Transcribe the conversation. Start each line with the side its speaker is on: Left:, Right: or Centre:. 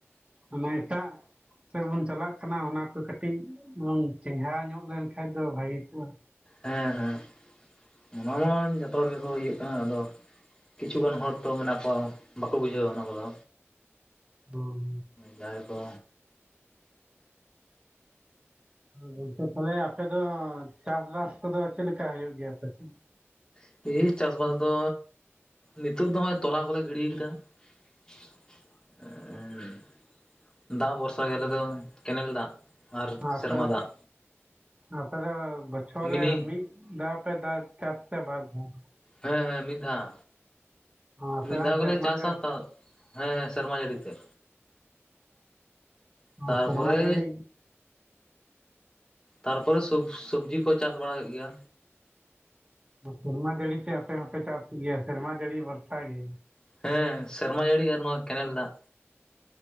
Right: ᱢᱟᱱᱮ ᱮᱴᱟᱜ ᱥᱮᱫ ᱵᱚᱱ ᱪᱟᱞᱟᱜ ᱠᱟᱱᱟ ᱚᱱᱟ ᱠᱚ ᱠᱟᱹᱴᱤᱡ ᱵᱚᱱ ᱪᱮᱸᱜᱷᱟᱣ ᱧᱚᱜ ᱞᱮᱱ ᱠᱷᱟᱱ ᱫᱚ ᱵᱷᱟᱞᱤ ᱠᱚᱜᱼᱟ
Left: ᱦᱮᱸ ᱦᱮᱸ ᱚᱱᱟ ᱢᱟ ᱡᱚᱛᱚ ᱦᱚᱲ ᱜᱮᱠᱚ ᱤᱭᱟᱹᱜ ᱠᱟᱱᱟ ᱟᱫᱚ ᱠᱤᱪᱷᱩ ᱜᱟᱱ ᱦᱚᱲ ᱛᱚ ᱢᱮᱱᱟᱜ ᱠᱚᱣᱟ ᱵᱟᱠᱚ ᱵᱩᱡᱷᱟᱹᱣᱟ ᱚᱱᱟ ᱠᱚᱫᱚ
Right: ᱦᱚᱸ
Left: ᱡᱟᱸᱦᱟᱭ ᱠᱚ
Right: ᱜᱚᱝᱠᱮ ᱛᱟᱦᱞᱮ ᱟᱯᱮ ᱫᱚ ᱪᱟᱥᱵᱟᱥ ᱠᱚᱫᱚ ᱪᱮᱫᱞᱮᱠᱟ ᱦᱩᱭᱩᱜ ᱜᱮᱭᱟ ᱟᱯᱮᱥᱮᱫ
Left: <unintelligible> ᱪᱟᱥᱵᱟᱥ ᱫᱚ ᱱᱤᱛᱚᱜ ᱫᱚ ᱱᱚᱜᱼᱚᱭ ᱛᱚᱞᱟ ᱠᱚᱞᱮ ᱜᱤᱰᱤ ᱠᱟᱫᱟ <unintelligible> ᱫᱟᱜ ᱵᱷᱚᱨᱥᱟ ᱜᱮ ᱟᱞᱮᱫᱚ ᱠᱮᱱᱮᱞ ᱫᱟᱜ ᱟᱨ
Right: ᱟᱯᱮ
Left: ᱥᱮᱨᱢᱟ ᱫᱟᱜ
Right: ᱟᱯᱮ ᱫᱚ ᱵᱚᱪᱷᱚᱨ
Left: ᱢᱤᱱᱤ
Right: ᱨᱮ ᱢᱤᱫ ᱫᱷᱟᱣ ᱯᱮ ᱫ ᱪᱟᱥ ᱥᱮ ᱵᱟᱨ ᱫᱷᱟᱣ
Left: ᱦᱮᱸ ᱦᱮᱸ ᱢᱤᱫ ᱫᱷᱟᱣ
Right: ᱟᱯᱮ
Left: ᱢᱤᱫ
Right: ᱦᱚᱸ
Left: ᱫᱷᱟᱣ ᱜᱮᱞᱮ
Right: ᱥᱮᱨᱢᱟ
Left: ᱪᱟᱥᱟ
Right: ᱡᱟᱹ
Left: ᱛᱚ ᱦᱮᱸ ᱦᱮᱸ ᱥᱮᱨᱢᱟ ᱡᱟᱹᱲᱤ ᱛᱮ ᱛᱟᱨᱯᱚᱨᱮ
Right: ᱚ ᱥᱮᱨᱢᱟ ᱡᱟᱹᱲᱤ
Left: ᱛᱟᱨᱯᱚᱨ ᱥᱚᱵ ᱥᱚᱵᱽᱡᱤ ᱠᱚ ᱪᱟᱥ ᱵᱟᱲᱟ ᱦᱩᱭᱩᱜ ᱜᱮᱭᱟ᱾
Right: ᱥᱮᱨᱢᱟ ᱡᱟᱹᱲᱤ ᱛᱮ ᱟᱯᱮ ᱦᱚᱸᱯᱮ ᱪᱟᱥ ᱜᱮᱭᱟ ᱥᱮᱨᱢᱟ ᱡᱟᱹᱲᱤ ᱵᱷᱚᱨᱥᱟ ᱜᱮ᱾
Left: ᱦᱮᱸ ᱥᱮᱨᱢᱟ ᱡᱟᱹᱲᱤ ᱟᱨ ᱱᱚᱣᱟ ᱠᱮᱱᱮᱞ ᱫᱟᱜ